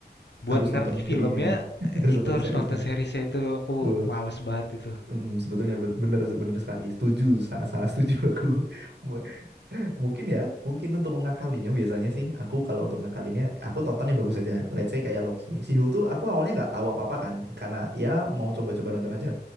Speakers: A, on the left; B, on the right.
A: buat
B: harus
A: ngerti
B: nonton serinya
A: filmnya
B: <laughs> harus
A: eh,
B: nonton
A: itu harus
B: seriesnya
A: nonton seriesnya itu aku
B: tuh
A: males banget itu.
B: Mm, sebetulnya ben- bener bener sekali setuju sangat sangat setuju aku <laughs> M- mungkin ya mungkin untuk mengakalinya biasanya sih aku kalau untuk ngakalinya aku tontonnya bagus aja let's say kayak Loki si Hulk tuh aku awalnya nggak tahu apa apa kan karena ya mau coba-coba nonton aja